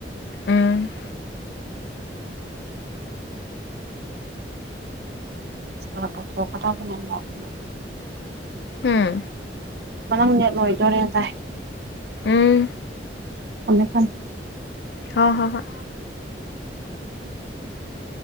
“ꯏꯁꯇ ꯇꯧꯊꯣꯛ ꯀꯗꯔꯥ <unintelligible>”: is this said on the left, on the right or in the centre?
Right